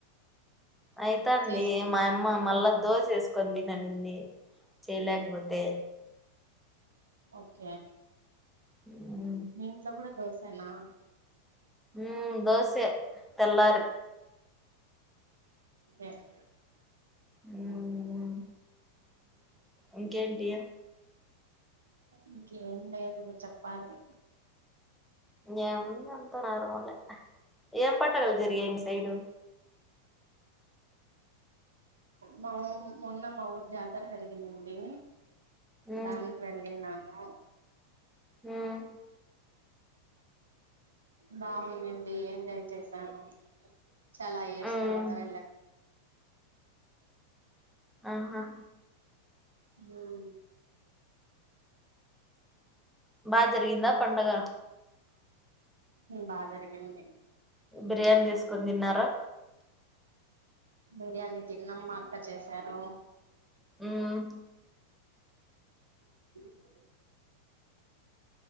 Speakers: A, in the centre; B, on the right.
A: అయింది
B: చేసుకుని
A: మా
B: తినకూడదు
A: అమ్మ మళ్ళా దోస వేసుకొని తినండి చేయలేకపోతే
B: ఓకే
A: అ
B: మీ ఇంట్లో కూడా దోస్నా
A: ఉమ్ దోశె తెల్లారీ
B: ఎహ్
A: హమ్. ఇంకేంటి
B: ఇంకేం లేదు చెప్పాలి
A: ఏ అంత న ర్మల ఏం పండగలు జరిగాయి మి సైడ్
B: మా మొన్న మా ఊరు జాతర జరిగిందండి
A: మ్మ్
B: దానికి వెళ్లి నము
A: ఉమ్
B: బాగుందడి ఎంజాయ్ చేసాను చాలా ఇయర్స్
A: మ్మ్
B: తర్వాత వెళ్ళ
A: ఆహా
B: మ <inaudible>
A: బ జరిగిందా పండగ
B: బా జరిగింది
A: బిర్యానీ చే సుకొని తిన్నారా
B: బిర్యానీ తిన్నాం మా అక్క చేసారు
A: ఉమ్
B: ఆ <inaudible>